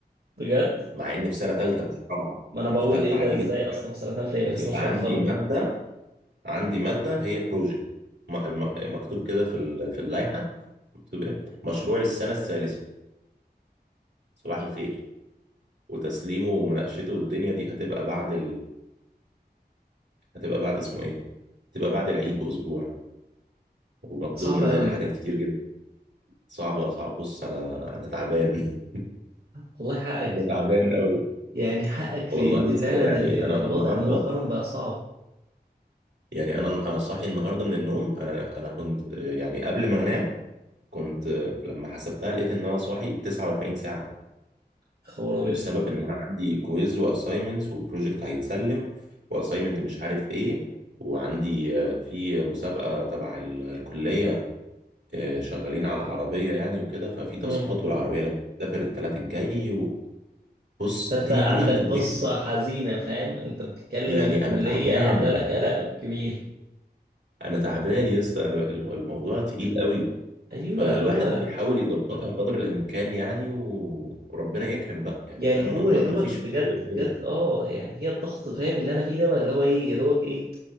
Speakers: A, on the right; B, on the right.
A: بجد
B: مع اني في سنة تالتة مش في رابعة
A: ما انا بقول
B: انا في تالتة
A: ايه ده
B: عادي
A: ازاي
B: جدا
A: اصلا في سنه ثالثه يبقى
B: بس
A: في مشروع
B: عندي
A: تخرج
B: مادة عندي مادة هي بروجكت مكتوب كده في ال- في اللائحة مكتوب ايه مشروع السنة الثالثة صباح الخير وتسليمه ومناقشته والدنيا دي هتبقى بعد هتبقى بعد اسمه ايه هتبقى بعد العيد باسبوع ومطلوب
A: صعب
B: مننا
A: قوي
B: حاجات كتير جدا صعبه صعبه بص انا انا تعبان <laughs>
A: والله حقك
B: انا تعبان قوي
A: يعني حقك
B: والله
A: لان
B: يا اسطى
A: فعلا
B: يعني
A: ال ال
B: انا
A: الوضع
B: النهارده
A: مؤخرا بقى صعب
B: يعني انا انا صاحي النهارده من النوم انا انا كنت آه، يعني قبل ما انام كنت آه، لما حسبتها لقيت ان انا صاحي 49 ساعه
A: خبر ابيض
B: بسبب ان انا عندي كويز واساينمنتس وبروجكت هيتسلم واساينمنت مش عارف ايه وعندي آه، في مسابقه تبع ال- الكليه آه، شغالين على العربية يعني وكده ففي تاسكات
A: امم
B: والعربية لازم تسافر التلات الجاي وبص
A: فانت
B: الدنيا
A: عندك
B: كلها مدربكة
A: قصه حزينه فاهم انت بتتكلم
B: يعني
A: الكليه
B: أنا تعبان
A: عامله لك قلق كبير
B: أنا تعبان يا اسطى أنا الم- الموضوع تقيل قوي
A: ايوه
B: فالواحد
A: هو
B: بيحاول يظبطها قدر الإمكان يعني و... وربنا يكرم بقى يعني
A: يعني
B: فاهم
A: هو يا
B: ما
A: دوبك
B: ما فيش
A: بجد
B: غير كده
A: بجد اه يعني هي الضغط فاهم اللي انا فيه ده بقى اللي هو ايه يا دوبك ايه